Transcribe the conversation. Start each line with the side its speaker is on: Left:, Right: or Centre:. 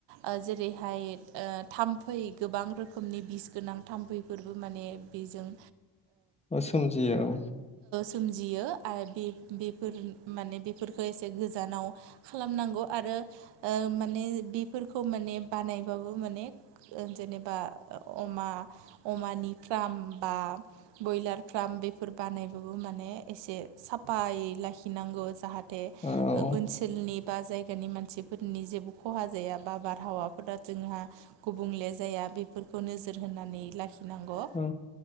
Right: अ जेरैहाय अ थाम्फै गोबां रोखोमनि बिस गोनां थाम्फैफोरबो माने बे- जों
Left: अ सोमजियो औ
Right: सोमजियो आरो बे-बेफोर माने बे- फोरखौ एसे गोजानाव खालामनांगौ आरो अ माने बेफोर- खौ माने बानायबाबो माने जेनेबा अमा-अमानि फ्राम बा बयलार फ्राम बेफोर बानायबाबो माने एसे साफायै लाखि नांगौ जाहाथे
Left: औ औ
Right: ओ-ओनसोलनि बा जायगानि मानसिफोरनि जेबो खहा जाया बा। बारहावाफोरा जोंहा गुबुंले जाया बेफोरखौ नोजोर होनानै लाखि नांगौ
Left: औ